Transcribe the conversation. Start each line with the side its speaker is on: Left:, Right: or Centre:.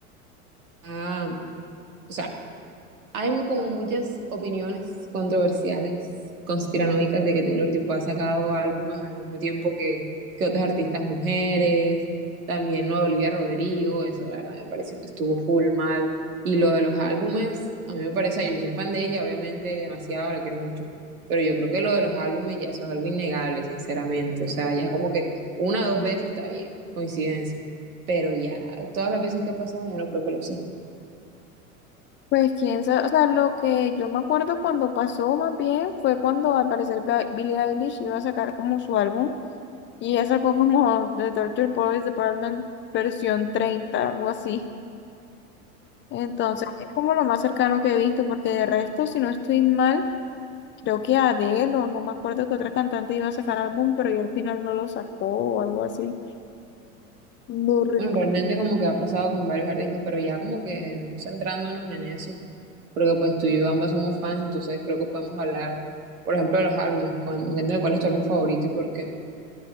Right: ah, o sea, Hay como muchas opiniones controversiales, conspiranoicas, de que Taylor tipo ha sacado álbumes al mismo tiempo que, que otras artistas mujeres, también lo de Olivia Rodrigo, eso la verdad me pareció que estuvo full mal. Y lo de los álbumes, a mí me parece, yo soy fan de ella, obviamente, demasiado, la quiero mucho, pero yo creo que lo de los álbumes ya eso es algo innegable, sinceramente. O sea, ya como que una o dos veces está bien, coincidencia, pero ya todas las veces que ha pasado, ya no creo que lo sea.
Left: Pues quién sabe, o sea, lo que yo me acuerdo cuando pasó más bien fue cuando al parecer Ba- Billie Eilish iba a sacar como su álbum y ella sacó como The Torture Boys Department versión 30 algo así. Entonces es como lo más cercano que he visto porque de resto, si no estoy mal, Creo que Adele, o no me acuerdo que otra cantante iba a sacar álbum, pero ya al final no lo sacó o algo así. No re-
Right: Bueno, realmente como que ha pasado con varios artistas, pero ya como que no centrándonos en eso, porque pues tú y yo ambas somos fans, entonces creo que podemos hablar, por ejemplo, de los álbumes, cuán- de cuál es tu álbum favorito y por qué.